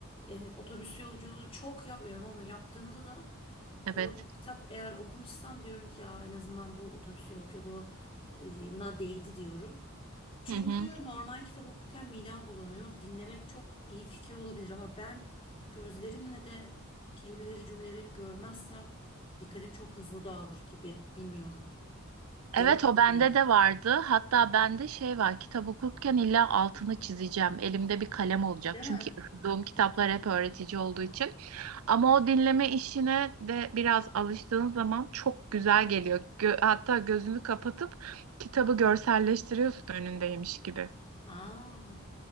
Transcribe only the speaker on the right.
Evet.
Hı hı.
Evet
o bende
de vardı. Hatta bende şey var. Kitap okurken illa altını çizeceğim. Elimde bir kalem olacak.
Çünkü
okuduğum kitaplar hep öğretici olduğu için. Ama o dinleme işine de biraz alıştığın zaman çok güzel geliyor. Gö- hatta gözünü kapatıp kitabı görselleştiriyorsun önündeymiş gibi.